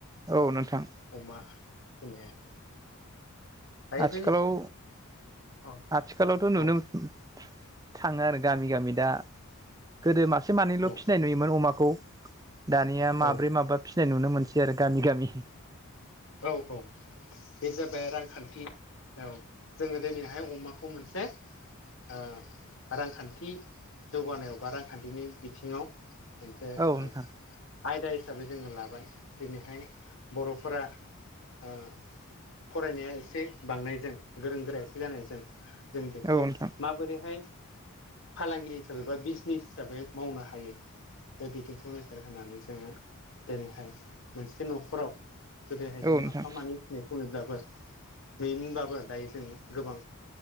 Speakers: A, on the right (about 15°); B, on the left (about 60°).
A: औ नोंथां
B: अमा <unintelligible> ओमफ्राय
A: आथिखालाव
B: बे औ
A: आथिखालावथ'
B: औ
A: नुनो <unintelligible> थाङो आरो गामि गामि दा गोदो मासे मानैल'
B: औ
A: फिसिनाय नुयोमोन अमाखौ दानिया माब्रै
B: औ
A: माबा फिसिनाय नुनो मोनसै आरो गामि गामि हि
B: औ औ बे जाबाय रांखान्थि औ जोङो दिनैहाय अमाखौ मोनसे ओ रांखान्थि जौगानायाव बा रांखान्थिनि बिथिङाव मोनसे
A: औ
B: ओ
A: नोंथां
B: आयदा हिसाबै जोङो लाबाय दिनैहाय बर'फोरा ओ फरायनाया एसे बांनायजों गोरों गोरा एसे जानायजों जों बेखौ
A: औ नोंथां
B: माबोरैहाय फालांगि हिसाबै बा बिजनिस हिसाबै मावनो हायो दा बिथिंखौ नोजोर होनानै जोङो जेरैहाय मोनसे न'खराव गोदोहाय
A: औ
B: जों माफा
A: नोंथां
B: मानै फिनायखौ नब्लाबो नुयोमोनबाबो दायो जोङो गोबां